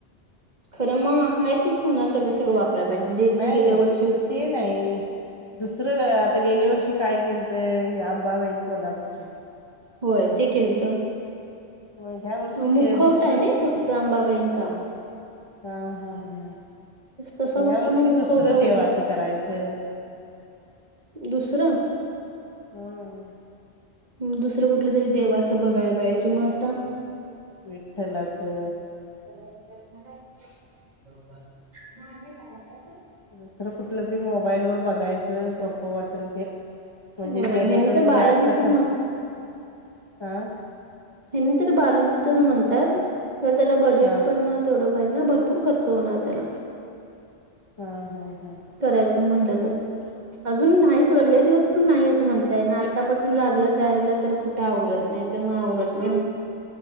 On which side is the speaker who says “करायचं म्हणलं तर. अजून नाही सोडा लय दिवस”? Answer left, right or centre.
Right